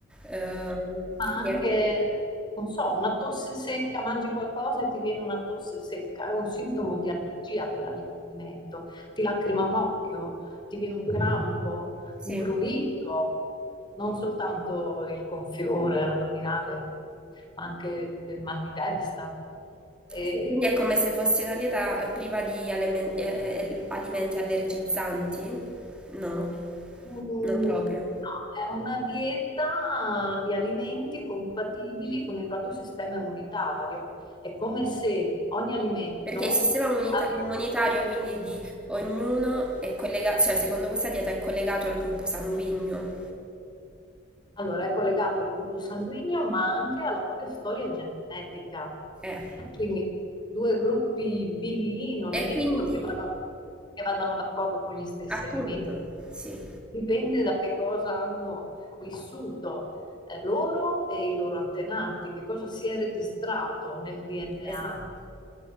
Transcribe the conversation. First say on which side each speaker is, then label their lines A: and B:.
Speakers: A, in the centre; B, on the left.
A: ehm,
B: ma
A: quindi
B: anche,
A: è,
B: non so, una tosse secca, mangi qualcosa e ti viene una tosse secca, è un sintomo
A: mhm,
B: di allergia a quell'alimento, ti lacrima un occhio, ti viene un crampo,
A: sì.
B: un prurito, non soltanto il gonfiore addominale, ma anche il mal di testa. E
A: Sì, quindi è come se fosse una dieta eh, priva di alimen- eh, eh, alimenti allergizzanti? No,
B: Mm,
A: non proprio.
B: No, È una dieta di alimenti compatibili con il proprio sistema immunitario. È come se ogni alimento
A: Perché il sistema immunita-
B: avesse
A: immunitario, quindi di ognuno, è collegato, cioè secondo questa dieta è collegato al gruppo sanguigno.
B: Allora, è collegato al gruppo sanguigno, ma anche alla propria storia genetica.
A: Eh.
B: Quindi due gruppi B non è
A: E
B: detto
A: quindi,
B: che vada- che vadano d'accordo con gli stessi
A: appunto,
B: alimenti.
A: sì,
B: Dipende da che cosa hanno vissuto eh, loro e i loro antenati, che cosa si è registrato nel DNA.
A: esatto.